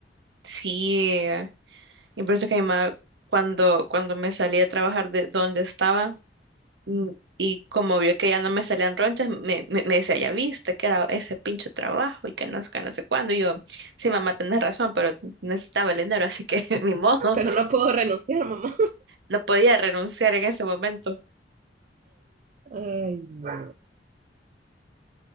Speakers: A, on the right (about 75°); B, on the right (about 45°).
A: Sí, eh, y por eso que mi mamá, cuando, cuando me salí a trabajar de donde estaba, mm, y como vio que ya no me salían ronchas, me, me, me decía, ya viste que era ese pinche trabajo y que no, sé qué, no sé cuándo. Y yo, sí, mamá, tenés razón, pero necesitaba el dinero, así que <laughs> ni modo,
B: Pero no puedo renunciar, mamá.
A: no podía renunciar en ese momento.
B: Ay, no.